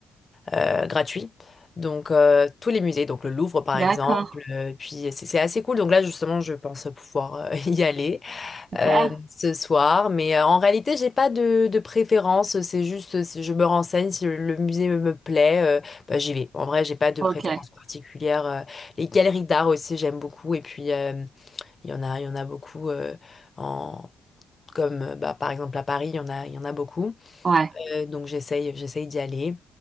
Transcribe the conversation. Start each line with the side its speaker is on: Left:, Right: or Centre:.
Left: euh, gratuit. Donc, euh, tous les musées, donc le Louvre par
Right: D'accord,
Left: exemple, euh, puis c'est c'est assez cool. Donc là, justement, je pense pouvoir euh, <laughs> y aller
Right: super.
Left: euh, ce soir. Mais euh, en réalité, j'ai pas de, de préférence. C'est juste, euh, si je me renseigne, si le musée me me plaît, euh, bah, j'y vais. En vrai, j'ai pas de
Right: Ok,
Left: préférence particulière. Euh, les galeries d'art aussi, j'aime beaucoup. Et puis, euh, il y en a, il y en a beaucoup euh, en... Comme euh, bah, par exemple à Paris, il y en a, il y en a beaucoup.
Right: ouais,
Left: Euh, donc j'essaye, j'essaye d'y aller